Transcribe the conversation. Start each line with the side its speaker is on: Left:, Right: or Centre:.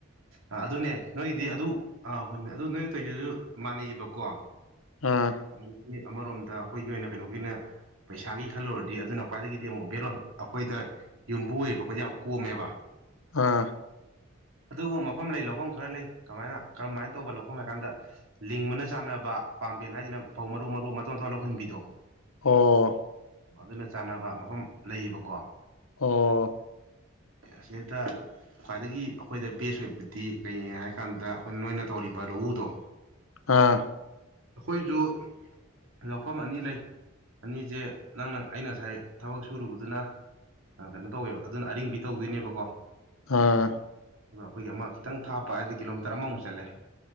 Right: ꯑ ꯑꯗꯨꯅꯦ ꯅꯣꯏꯒꯤꯗꯤ ꯑꯗꯨ ꯑꯥ ꯍꯨꯟꯕꯤ ꯑꯗꯨ ꯅꯣꯏꯅ ꯇꯩꯔꯤꯁꯤꯁꯨ ꯃꯥꯟꯅꯩꯌꯦꯕꯀꯣ
Left: ꯑꯥ
Right: ꯃꯣꯏꯒꯤ ꯑꯃꯔꯣꯝꯗ ꯑꯩꯈꯣꯏꯒꯤ ꯑꯣꯏꯅ ꯀꯩꯅꯣꯒꯤ ꯑꯣꯏꯅ ꯄꯩꯁꯥꯒꯤ ꯈꯜꯂꯨꯔꯗꯤ ꯑꯗꯨꯅ ꯈ꯭ꯋꯥꯏꯗꯒꯤꯗꯤ ꯑꯃꯨꯛ ꯕꯦꯔꯣꯜ ꯑꯩꯈꯣꯏꯗ ꯌꯨꯝꯕꯨ ꯑꯣꯏꯔꯤꯕ ꯈꯣꯏꯗ ꯌꯥꯝ ꯀꯣꯝꯃꯦꯕ
Left: ꯑꯥ
Right: ꯑꯗꯨꯒ ꯃꯐꯝ ꯂꯧꯐꯝ ꯂꯩ ꯂꯧꯐꯝ ꯈꯔ ꯂꯩ ꯀꯃꯥꯏꯅ ꯀꯔꯝꯃꯥꯏꯅ ꯇꯧꯕ ꯂꯧꯐꯝꯅꯣ ꯍꯥꯏ ꯀꯥꯟꯗ ꯂꯤꯡꯕꯅ ꯆꯥꯟꯅꯕ ꯄꯥꯝꯕꯦꯟ ꯍꯥꯏꯁꯤꯅ ꯐꯧ ꯃꯔꯨ ꯃꯔꯨ ꯃꯇꯣꯟ ꯊꯣꯛꯍꯜꯂꯥ ꯍꯨꯟꯕꯤꯗꯣ
Left: ꯑꯣ
Right: ꯑꯗꯨꯅ ꯆꯥꯟꯅꯕ ꯃꯐꯝ ꯂꯩꯌꯦꯕꯀꯣ
Left: ꯑꯣ
Right: ꯑꯁꯤꯗ ꯈ꯭ꯋꯥꯏꯗꯒꯤ ꯑꯩꯈꯣꯏꯗ ꯕꯦꯁ ꯑꯣꯏꯕꯗꯤ ꯀꯩꯅꯣ ꯍꯥꯏꯀꯥꯟꯗ ꯑꯩꯈꯣꯏ ꯅꯣꯏꯅ ꯇꯧꯔꯤꯕ ꯂꯧꯎꯗꯣ
Left: ꯑꯥ
Right: ꯑꯩꯈꯣꯏꯁꯨ ꯂꯧꯐꯝ ꯑꯅꯤ ꯂꯩ ꯑꯅꯤꯁꯦ ꯅꯪꯅ ꯑꯩꯅ ꯉꯁꯥꯏ ꯊꯕꯛ ꯁꯨꯔꯨꯕꯗꯨꯅ ꯀꯩꯅꯣ ꯇꯧꯋꯦꯕ ꯑꯗꯨꯅ ꯑꯔꯤꯡꯕꯤ ꯇꯧꯗꯣꯏꯅꯦꯕꯀꯣ
Left: ꯑꯥ
Right: ꯒ ꯑꯩꯈꯣꯏꯒꯤ ꯑꯃ ꯈꯤꯇꯪ ꯊꯥꯞꯄ ꯍꯥꯏꯗꯤ ꯀꯤꯂꯣꯃꯤꯇꯔ ꯑꯃꯃꯨꯛ ꯆꯠꯂꯦ